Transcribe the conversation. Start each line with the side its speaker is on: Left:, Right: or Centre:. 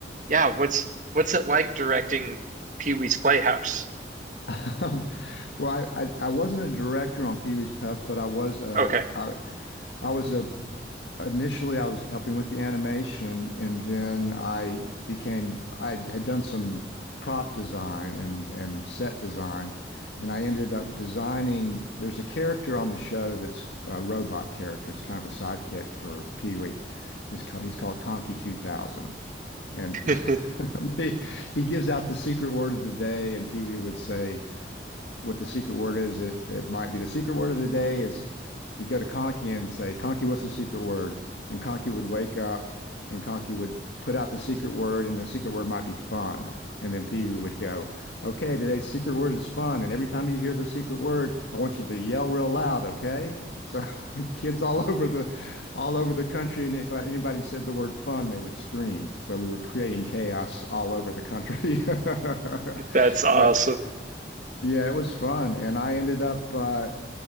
Right: yeah, what's what's it like directing Pee Wee's Playhouse?
Left: <laughs> Um, well, I, I I wasn't a director on Pee Wee's Playhouse, but I was uh
Right: Okay,
Left: I I was a initially I was helping with the animation and then I became I had done some prop design and and set design and I ended up designing there's a character on the show that's a robot character it's kind of a sidekick for Pee-wee he's ca- he's called Conky 2000 and
Right: <laughs>
Left: <laughs> he he gives out the secret word of the day and Pee-wee would say what the secret word is. It it might be the secret word of the day is he'd go to Conky and say, Conky, what's the secret word? And Conky would wake up and Conky would put out the secret word, and the secret word might be fun. And then Pee Wee would go, Okay, today's secret word is fun. And every time you hear the secret word, I want you to yell real loud, okay? So <laughs> kids all over the all over the country, and if uh, anybody said the word fun, they would scream. So we were creating chaos all over the country. <laughs>
Right: that's awesome.
Left: But yeah, it was fun, and I ended up uh,